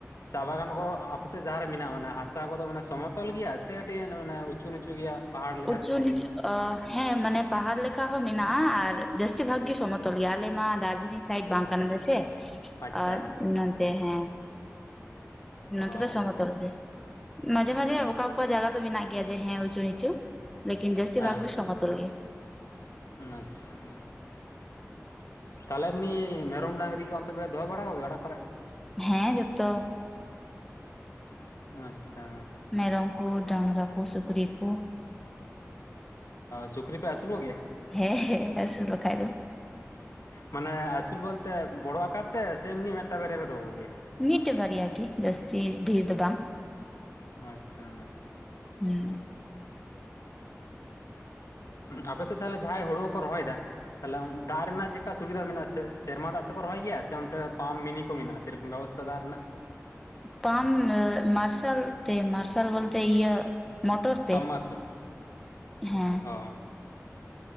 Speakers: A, on the left; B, in the centre.
A: ᱪᱟ ᱵᱟᱜᱟᱱ ᱠᱚ ᱟᱯᱮᱥᱮᱜ ᱡᱟᱦᱟᱸ ᱨᱮ ᱢᱮᱱᱟᱜᱼᱟ ᱢᱟᱱᱮ ᱦᱟᱥᱟ ᱠᱚᱫᱚ ᱢᱟᱱᱮ ᱥᱚᱢᱚᱛᱚᱞ ᱜᱮᱭᱟ ᱥᱮ ᱠᱟᱹᱴᱤᱡ ᱚᱸᱰᱮ ᱢᱟᱱᱮ ᱩᱪᱩ ᱱᱤᱪᱩ <unintelligible> ᱜᱮᱭᱟ᱾ ᱯᱟᱦᱟᱲ ᱞᱮᱠᱟ
B: ᱩᱪᱩ
A: ᱥᱮᱨᱚᱠᱚᱢ
B: ᱱᱤᱪᱩ
A: ᱠᱤᱪᱷᱩ
B: <unintelligible> ᱟ ᱦᱮᱸ ᱢᱟᱱᱮ ᱯᱟᱦᱟᱲ <unintelligible> ᱞᱮᱠᱟ ᱦᱚ ᱢᱮᱱᱟᱜᱼᱟ ᱟᱨ᱾ ᱡᱟᱹᱥᱛᱤ ᱵᱷᱟᱜ ᱜᱤ ᱥᱚᱢᱚᱛᱚᱞ <unintelligible> ᱜᱮᱭᱟ ᱟᱞᱮ ᱢᱟ ᱫᱟᱨᱡᱤᱞᱤᱝ ᱥᱟᱭᱤᱰ ᱵᱟᱝ ᱠᱟᱱᱟᱞᱣ ᱥᱮ
A: ᱟᱪᱪᱷᱟ
B: ᱟᱨ, ᱛᱮ ᱦᱮᱸ, ᱱᱚᱛᱮ
A: ᱚ
B: ᱫᱚ ᱥᱚᱢᱚᱛᱚᱞ ᱜᱮ ᱢᱟᱡᱷᱮ ᱢᱟᱡᱷᱮ <unintelligible> ᱚᱠᱟ ᱚᱠᱟ ᱡᱟᱭᱜᱟ ᱫᱚ ᱢᱮᱱᱟᱜ ᱜᱮᱭᱟ ᱡᱮ ᱦᱮᱸ ᱩᱪᱩ ᱱᱤᱪᱩ <unintelligible> ᱞᱮᱠᱤᱱ <unintelligible> ᱡᱟᱹᱥᱛᱤ
A: ᱦᱮᱸ
B: ᱵᱷᱟᱜ ᱜᱤ ᱥᱚᱢᱚᱛᱚᱞ <unintelligible> ᱜᱮᱭᱟ᱾
A: ᱟᱪᱪᱷᱟ, ᱛᱟᱦᱚᱞᱮ ᱮᱢᱱᱤ ᱢᱮᱨᱚᱢ ᱰᱟᱝᱨᱤ ᱠᱚ ᱚᱱᱛᱮ ᱯᱮ ᱫᱚᱦᱚ ᱵᱟᱲᱟ ᱠᱚᱜᱮ ᱚᱲᱟᱜ ᱠᱚᱨᱮᱜ?
B: ᱦᱮᱸ ᱡᱚᱛᱚ᱾
A: ᱟᱪᱪᱷᱟ᱾
B: ᱢᱮᱨᱚᱢ ᱠᱚ ᱰᱟᱝᱨᱟ ᱠᱚ ᱥᱩᱠᱨᱤ ᱠᱚ᱾
A: ᱥᱩᱠᱨᱤ ᱯᱮ ᱟᱹᱥᱩᱞ ᱠᱚᱜᱮᱭᱟ
B: ᱦᱮᱸ ᱦᱮᱸ ᱟᱥᱩᱞ ᱵᱟᱠᱷᱟᱡ ᱫᱚ᱾
A: ᱢᱟᱱᱮ ᱟᱥᱩᱞ ᱵᱚᱞᱛᱮ ᱵᱚᱲᱚ ᱟᱠᱟᱨ ᱛᱮ ᱥᱮ ᱮᱢᱱᱤ ᱢᱤᱫᱴᱟᱝ ᱵᱟᱨᱮᱭᱟ ᱯᱮ ᱫᱚᱦᱚ ᱠᱚᱜᱮᱭᱟ?
B: ᱢᱤᱫᱴᱮ ᱵᱟᱨᱮᱭᱟ ᱜᱮ ᱡᱟᱹᱥᱛᱤ ᱰᱷᱮᱨ ᱫᱚ ᱵᱟᱝ᱾
A: ᱟᱪᱪᱷᱟ᱾
B: ᱦᱩᱸ
A: ᱟᱯᱮ ᱥᱮᱫ ᱛᱟᱦᱮᱞᱮ ᱡᱟᱦᱟᱸᱭ ᱦᱩᱲᱩ ᱠᱚ ᱨᱚᱦᱚᱭᱮᱫᱟ? ᱛᱟᱦᱚᱞᱮ ᱫᱟᱜ ᱨᱮᱱᱟᱜ ᱪᱮᱫᱠᱟ ᱥᱩᱵᱤᱫᱟ ᱢᱮᱱᱟᱜ ᱥᱮ? ᱥᱮᱨᱢᱟ ᱫᱟᱜ ᱛᱮᱠᱚ ᱨᱚᱦᱚᱭ ᱜᱮᱭᱟ ᱥᱮ ᱚᱱᱛᱮ ᱯᱟᱢᱯ ᱢᱤᱱᱤ ᱠᱚ ᱢᱮᱱᱟᱜᱼᱟ ᱥᱮᱨᱚᱠᱚᱢ ᱵᱮᱵᱚᱥᱛᱷᱟ ᱫᱟᱜ ᱨᱮᱱᱟᱜ?
B: ᱯᱟᱢ ᱢᱟᱨᱥᱟᱞ ᱛᱮ ᱢᱟᱨᱥᱟᱞ ᱵᱚᱞᱛᱮ ᱤᱭᱟᱹ᱾ ᱢᱚᱴᱚᱨ
A: ᱥᱟᱢ
B: ᱛᱮ
A: ᱢᱟᱨᱥᱟᱞ
B: ᱦᱮᱸ
A: ᱚ᱾